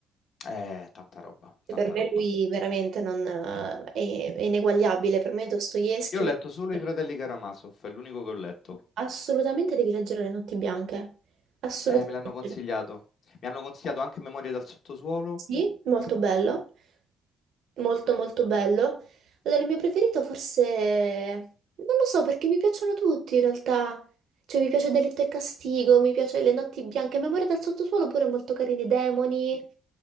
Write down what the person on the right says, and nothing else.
Per me
lui veramente non, eh, è, è ineguagliabile. Per me Dostoevsky,
Le Notti
Bianche.
assolutamente devi leggere Le Notti Bianche. Assolutamente.
Sì, molto bello. Molto molto bello. Allora, il mio preferito forse... Non lo so perché mi piacciono tutti in realtà. Cioè mi piace Delitto e Castigo, mi piace Le Notti Bianche, Memoria dal sottosuolo pure molto carini, Demoni. In